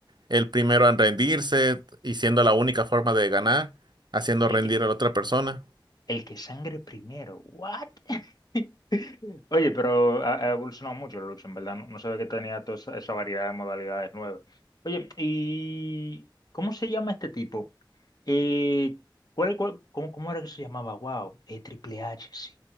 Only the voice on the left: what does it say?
El
que,
El que sangre primero. ¿What? <laughs> Oye, pero ha, ha evolucionado mucho la lucha, en verdad. No, no sabía que tenía toda esa, esa variedad de modalidades nuevas. Oye, ¿y cómo se llama este tipo? Eh, ¿cuál, cuál- cómo, cómo era que se llamaba? Wow, eh, Triple H, sí.